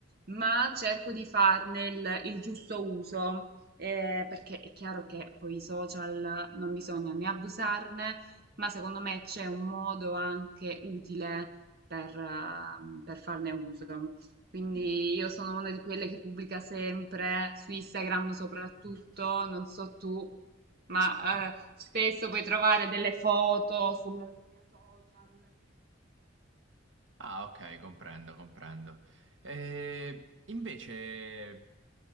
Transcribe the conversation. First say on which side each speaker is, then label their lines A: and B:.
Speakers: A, on the right (about 55°); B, on the right (about 80°).
A: ma cerco di farne il, il giusto uso, eh, perché è chiaro che poi i social non bisogna né abusarne, ma secondo me c'è un modo anche utile per, ah, per farne uso. Quindi io sono una di quelle che pubblica sempre su Instagram soprattutto, non so tu, ma
B: Sì, sì.
A: eh, spesso puoi trovare delle foto sul, sul mio social
B: Ah, ok, comprendo, comprendo. Eh, invece,